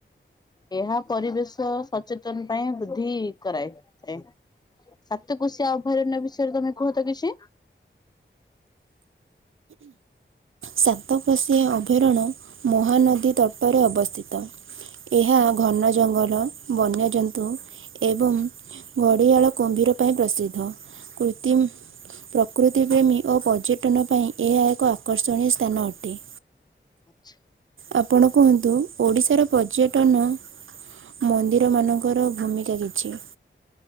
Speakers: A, on the left; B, on the right.
A: ଏହା ପରିବେଶ ସଚେତନ ପାଇଁ ବୃଦ୍ଧି କରାଇଥାଏ ସାତକୋଶିଆ ଅଭୟାରଣ୍ୟ ବିଷୟରେ ତମେ କୁହ ତ କିଛି।
B: ସାତକୋଶିଆ ଅଭୟାରଣ୍ୟ ମହାନଦୀ ତଟରେ ଅବସ୍ଥିତ। ଏହା ଘନ ଜଙ୍ଗଲ ବନ୍ୟଜନ୍ତୁ ଏବଂ ଘଡ଼ିଆଳ କୁମ୍ଭୀର ପାଇଁ ପ୍ରସିଦ୍ଧ କୃ୍ରତିମ ପ୍ରକୃତି ପ୍ରେମୀ ଓ ପର୍ଯ୍ୟଟନ ପାଇଁ ଏହା ଏକ ଆକର୍ଷଣୀୟ ସ୍ଥାନ ଅଟେ।
A: ଆଛା।
B: ଆପଣ କୁହନ୍ତୁ ଓଡ଼ିଶାର ପର୍ଯ୍ୟଟନ ମନ୍ଦିର ମାନଙ୍କ ଙ୍କର ଭୂମିକା କିଛି।